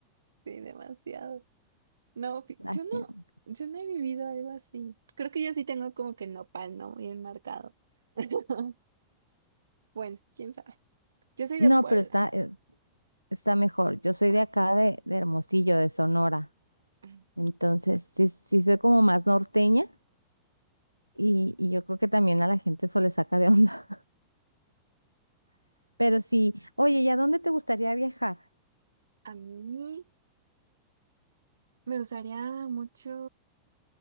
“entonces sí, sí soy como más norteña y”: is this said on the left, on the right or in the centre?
Right